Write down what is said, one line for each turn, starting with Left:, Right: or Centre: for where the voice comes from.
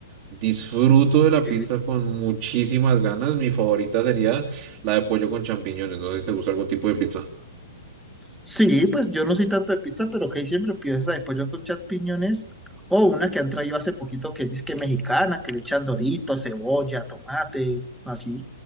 Right: Disfruto
Centre: ok.
Right: de la pizza con muchísimas ganas. Mi favorita sería la de pollo con champiñones. No sé si te gusta algún tipo de pizza.
Centre: Sí, pues yo no soy tanto de pizza, pero que siempre pido esa de pollo con champiñones. O una que han traído hace poquito que es que mexicana, que le echan dorito, cebolla, tomate, así.